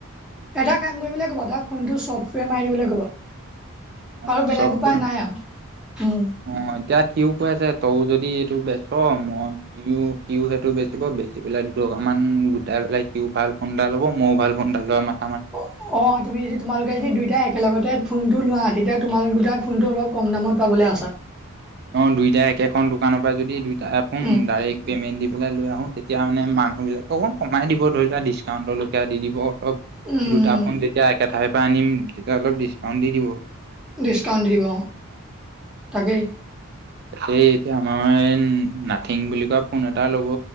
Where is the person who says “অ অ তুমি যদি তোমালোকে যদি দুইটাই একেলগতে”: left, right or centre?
Centre